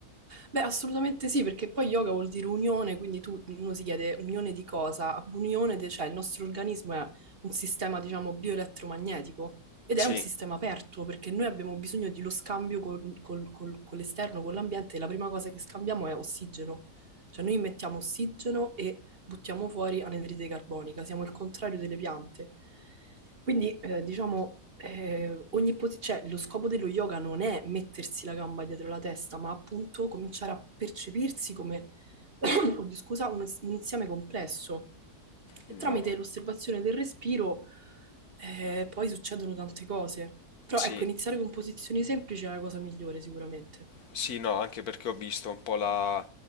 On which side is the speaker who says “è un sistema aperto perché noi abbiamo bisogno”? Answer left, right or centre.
Right